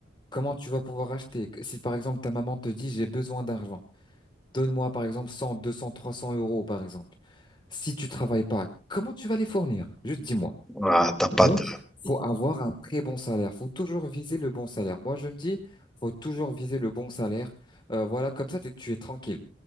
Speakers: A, on the left; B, in the centre.
A: comment tu vas pouvoir acheter? Si par exemple ta maman te dit j'ai besoin d'argent, donne-moi par exemple 100, 200, 300 euros par exemple. Si tu travailles pas, comment tu vas les fournir? Juste dis-moi.
B: Ah, ta pâte.
A: Donc, faut avoir un très bon salaire. Faut toujours viser le bon salaire. Moi, je me dis, faut toujours viser le bon salaire. Euh, voilà, comme ça, t'es- tu es tranquille.